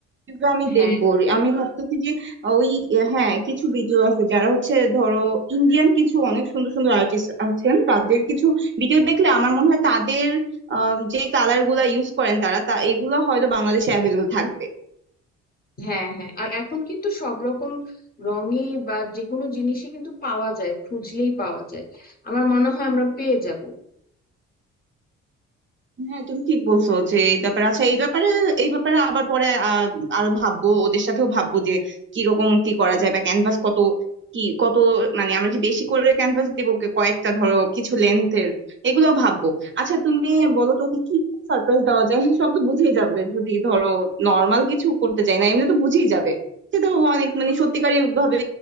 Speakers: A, on the right; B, on the left.
A: কিন্তু আমি
B: হ্যাঁ
A: দেখবো আমি ভাবতেছি যে ওই হ্যাঁ কিছু ভিডিও আছে যারা হচ্ছে ধরো ইন্ডিয়ান কিছু অনেক সুন্দর সুন্দর আর্টিস্ট আছেন তাদের কিছু ভিডিও দেখলে আমার মনে হয় তাদের আহ, যে কালার গুলা ইউজ করেন তারা তা এগুলা হয়তো বাংলাদেশে অ্যাভেলেবল থাকবে
B: হ্যাঁ হ্যাঁ আর এখন কিন্তু সব রকম রঙে বা যে কোনো জিনিসে কিন্তু পাওয়া যায় খুঁজলেই পাওয়া যায় আমার মনে হয় আমরা পেয়ে যাব
A: হ্যাঁ তুমি ঠিক বলছো যে এই ব্যাপারে আচ্ছা এই ব্যাপারে এই ব্যাপারে আবার পরে আহ, আরো ভাববো ওদের সাথেও ভাববো যে কি রকম কি করা যায় বা ক্যানভাস কত কি কত মানে আমরা কি বেশি করে ক্যানভাস দিব কে- কয়েকটা ধরো কিছু লেন্থের এগুলো ভাববো আচ্ছা তুমি বলো তো ওকে কি রকম সারপ্রাইজ দেওয়া যায় <laughs> সব তো বুঝেই যাবে যদি ধরো নর্মাল কিছু করতে চাই না এমনি তো বুঝেই যাবে সেটা অনেক মানে সত্যিকারই ভাবে